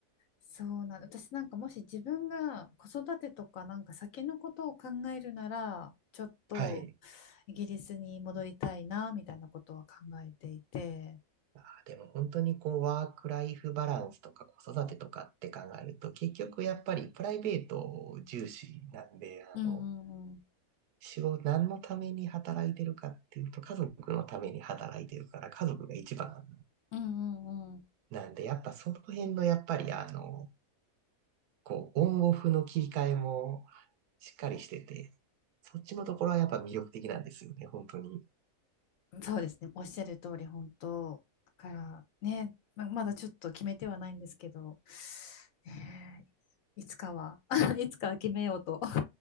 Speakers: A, on the left; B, on the right.
A: そうなん私なんかもし自分が子育てとかなんか先のことを考えるならちょっと
B: はい。
A: イギリスに戻りたいなみたいなことは考えていて
B: あーでも本当にこう、ワークライフバランスとか子育てとかって考えると、結局やっぱりプライベート重視なんで、あの、
A: うんうんうん。
B: 仕事、何のために働いてるかっていうと、家族のために働いてるから、家族が一番
A: うんうん
B: なんで、やっぱその辺のやっぱりあの、こう、オンオフの切り替えもしっかりしてて、そっちのところはやっぱ魅力的なんですよね、本当に。
A: うん。そうですねおっしゃる通り本当だからねま、まだちょっと決めてはないんですけど、ねえ、いつかは <laughs> いつかは決めようと